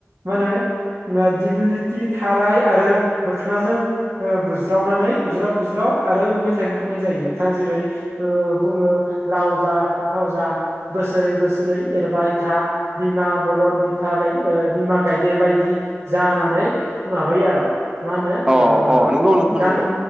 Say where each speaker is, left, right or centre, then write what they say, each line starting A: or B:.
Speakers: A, on the right (about 85°); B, on the right (about 20°).
A: मा होनो दिग्लिथि थाराय आरो मोखोनाजों ओ बुज्रावनानै बुज्राव बुज्राव आरो मेथाइबो खननाय जायो नोंथां जेरै ओ बुङो लाव जा फान्थाव जा बोसोरै बोसोरै एरबाय था बिमा बलद बिफा गाय बिमा गायदे बायदि जानानै माबायो आरो' मा होनो
B: औ
A: ओ
B: औ नंगौ नोंथां
A: गान
B: नंगौ